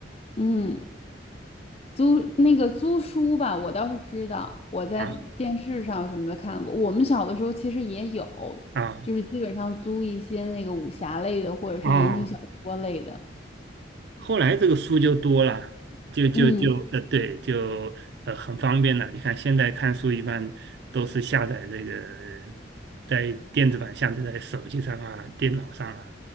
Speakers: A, on the left (about 35°); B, on the right (about 60°).
A: 嗯，租那个租书吧，我倒是知道，我在电视上什么的看过。
B: 啊
A: 我们小的时候其实也有，
B: 啊
A: 就是基本上租一些那个武侠类的，或者是言情小说类的。
B: 哦。后来这个书就多了，就就就呃，
A: 嗯，
B: 对，就呃很方便了。你看现在看书一般都是下载这个在电子版下载在手机上啊、电脑上啊